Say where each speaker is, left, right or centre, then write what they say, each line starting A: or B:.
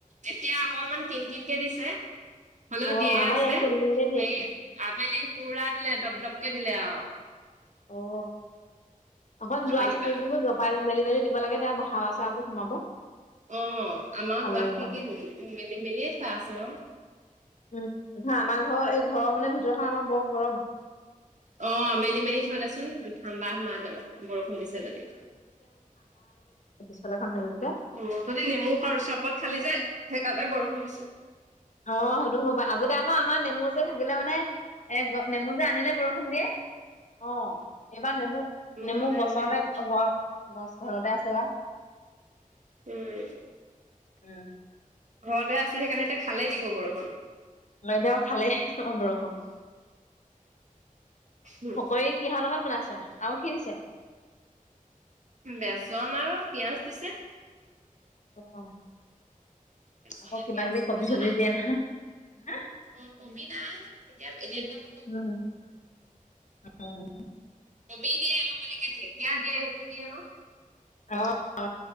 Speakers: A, on the right; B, on the left.
A: এতিয়া অকমান কিন- কিনকে দিছে, হ'লেও
B: অ
A: দিয়ে
B: আমাৰ
A: আছে
B: ইয়াতো কিন কিনকে দি
A: হেই',
B: আছে
A: আবেলি পুৰা দিলে দপ- দপকে দিলে আৰু',
B: অ', অকণ দোৱাৰ
A: আবেলি
B: খিৰিকীবোৰ
A: পা
B: জপা', পাত মেলি মেলি দিব লাগে দে হাৱা চাৱাবোৰ সোমাব
A: অ আমাৰ
B: ভাল
A: দোৱা
B: লাগিব
A: খিনক মেলি মেলিয়ে থোৱা আছো অ
B: উম', -উম', আমাৰ ঘৰ এই ঘৰৰ মানে ভিতৰখন আমাৰ বৰ গৰম',
A: অহ', অ মেলি মেলি থৈ দেচোন ঠাণ্ডা সোমাই যাব বৰষুণ দিছে যদি।
B: চাধৰ খন মেলিলিযে
A: অ গধূলি নেমু খৰ চৰবত খালি যে সেইকাৰণে বৰষুণ দিছে।
B: অ সেইটো হ'ব পায় আগতে আহা আমাৰ নেমু, যে থাকিলে মানে। এ নেমু যে আনিলে বৰষুণ দিয়ে। অ এইবাৰ নেমু, নেমু
A: ঘৰলে
B: গছতে
A: আনিলে হ'ল।
B: গহ গছ ঘৰতে আছে বা
A: উম
B: উম
A: ঘৰতে আছিলো সেইকাৰণে এতিয়া খালেই দিব বৰষুণ
B: মেঘে, খালেই দিব‌ বৰষুণ,
A: উম,
B: পকৰি কিহৰ লগত বনাইছে আও কি দিছে?
A: বেচন আৰু পিঁয়াজ দিছে
B: অ
A: বেচনে
B: আকৌ কিবা
A: পিয়াজ
B: কিবি
A: শুনিছ
B: কবি চবি
A: নাই?
B: দিয়া নহয় হা
A: অ কবি না তেতিয়া এতিয়া বেগেতনো
B: উম অ
A: কবি, দিয়ে আমাৰ মালিকে ঢেকীয়া, দিয়ে সেইবোৰ দিয়ে ক
B: অ অ